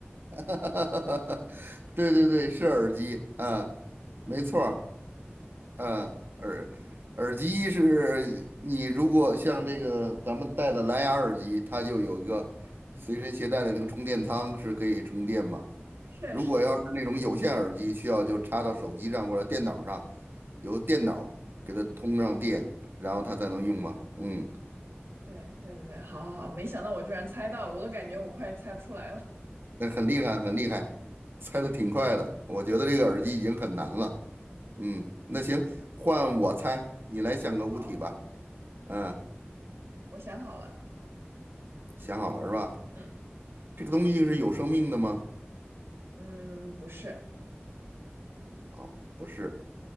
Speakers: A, on the right; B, on the right.
A: <laughs> 对对对，是耳机，啊，没错儿，
B: <laughs> 嗯，
A: 嗯，
B: 不错，
A: 耳耳机是你如果像这个咱们戴的蓝牙耳机，它就有一个随身携带的那个充电仓是可以充电吗？
B: 确实，
A: 如果要是那种有线耳机，需要就插到手机上或者电脑上，由电脑给它通上电，然后它才能用吗？嗯。
B: 对对对对，好好好，没想到我居然猜到了，我都感觉我快猜不出来了。
A: 那很厉害，很厉害，猜的挺快的。我觉得这个耳机已经很难了。嗯，那行，换我猜，你来想个物体吧。
B: <laughs> 好，
A: 嗯，
B: 嗯我想好了，
A: 想好了是吧？
B: 嗯
A: 这个东西是有生命的吗？
B: 嗯，不是，
A: 哦，不是。